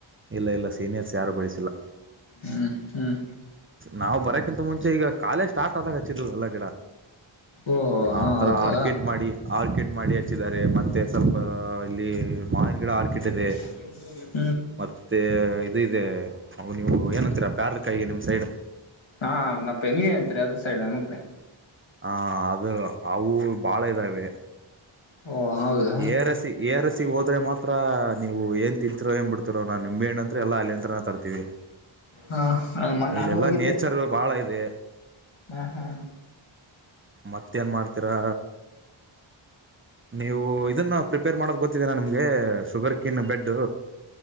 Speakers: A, on the right (about 25°); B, on the left (about 70°).
A: ಇಲ್ಲ ಇಲ್ಲ ಸೀನಿಯರ್ಸ್ ಯಾರು ಬೆಳಸಿಲ್ಲ
B: ಹ್ಮ್ ಹ್ಮ್
A: ನಾವು ಬರಕ್ಕಿಂತ ಮುಂಚೆ ಈಗ ಕಾಲೆಜ್ ಸ್ಟಾರ್ಟ್ ಆದಾಗ ಹಚ್ಚಿದ ಎಲ್ಲ ಗಿಡ
B: ಓಹೋ
A: ಆ
B: ಹಾ
A: ತರ
B: ಹೌದಾ
A: ಆರ್ಕಿಡ್ ಮಾಡಿ ಆರ್ಕಿಡ್ ಮಾಡಿ ಹಚ್ಚಿದ್ದಾರೆ ಮತ್ತೆ ಸ್ವಲ್ಪ ಇಲ್ಲಿ ಮಾವಿನ ಗಿಡ ಆರ್ಕಿಡ್ ಇದೆ
B: ಕಲೋಮೀಟರ <inaudible> ಅಲ್ಲಿ
A: ಮತ್ತೆ ಇದ ಇದೆ ಅ ನೀವು ಏನಂತೀರಾ ಪ್ಯಾರಲ ಕಾಯಿಗೆ ನಿಮ್ಮ ಸೈಡ್
B: ಹಾ ನಾವು ಪೆನ್ವಿ ಅಂತೀವಿ ಅದ್ರ ಸೈಡ್ ಆಕಡೆ
A: ಹ ಅದ್ರ ಅವು ಬಾಳ ಇದ್ದಾವೆ
B: ಓ ಹೌದಾ
A: ಏರಸಿ ಎರ್ ಎಸಿ ಗೆ ಹೋದರೆ ಮಾತ್ರ ನೀವು ಏನು ತಿಂತೀರೋ ಏನು ಬಿಡ್ತಿರೋ ನಾ ನಿಂಬೆ ಹಣ್ಣ ಎಲ್ಲ ಅಲ್ಲಿ ಹಂತ್ರನ ತರ್ತೀವಿ
B: ಹಾ ಮೊನ್ನೆ
A: ಇಲ್ಲೆಲ್ಲಾ
B: ನಾನು ಹೋಗಿದ್ದೆ
A: <unintelligible> ಬಾಳ ಇದೆ
B: ಹಾ ಹಾ
A: ಮತ್ತೇನ್ ಮಾಡ್ತೀರಾ ನೀವು ಇದನ್ನ ಪ್ರಿಪೇರ್ ಮಾಡೋದು ಗೊತ್ತಿದೇ ನಿಮಗೆ ಶುಗರ್ ಕಿನ್ ಬೆಡ್